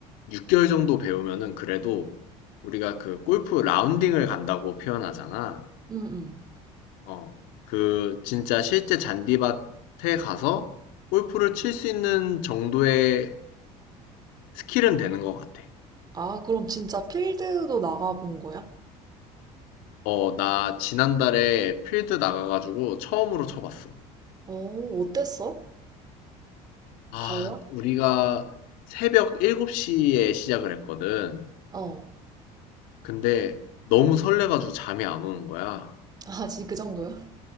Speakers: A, on the left (about 75°); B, on the right (about 30°).
A: 6개월 정도 배우면은 그래도 우리가 그 골프 라운딩을 간다고 표현하잖아.
B: 응, 응.
A: 어, 그 진짜 실제 잔디밭에 가서 골프를 칠 수 있는 정도의 스킬은 되는 것 같아.
B: 아, 그럼 진짜 필드도 나가본 거야?
A: 어, 나 지난달에 필드 나가가지고 처음으로 쳐봤어.
B: 어, 어땠어?
A: 아
B: 달라?
A: 우리가 새벽 7곱시에 시작을 했거든.
B: 어.
A: 근데 너무 설레 가지고 잠이 안 오는 거야.
B: 아, 진짜 그 정도요?